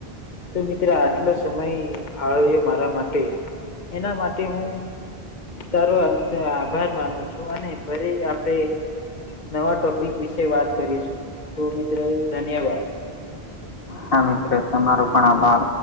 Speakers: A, on the left (about 50°); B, on the left (about 65°).
A: તો મિત્ર આટલો સમય ફાળવ્યો મારા માટે એના માટે હું સારો આભાર માનું છું અને ફરી આપણે નવા ટોપિક વિશે વાત કરીશું તો મિત્રો ધન્યવાદ
B: હા મિત્રો તમારો પણ આભાર